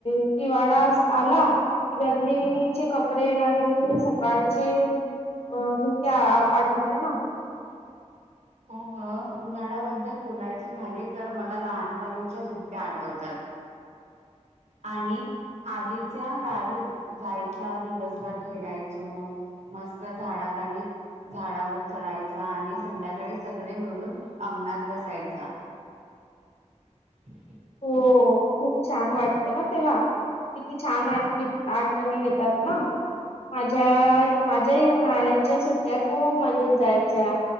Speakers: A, on the left; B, on the right.
A: किवाडा आला क गरमीचे कपडे आणि सकाळचे धुक्या आठवते ना
B: भमममत हो उन्हाळ्याबद्दल बोलायचे झाले तर मला लहानपणीच्या सुट्ट्या आठवतात आणि आजीच्या गावी जायच्या दिवसभर खेळायचो मस्त झाडाखाली झाडावर चढायचा आणि संध्याकाळी सगळे मिळून अंगणात बसायचा ह्
A: हो खूप छान वाटतें ना तेव्हा किती छान आठणी आठवणी येतात ना माझ्या माझ्या येऊनळ्याच्या सुट्ट्या खूप मजेत जायच अच्छा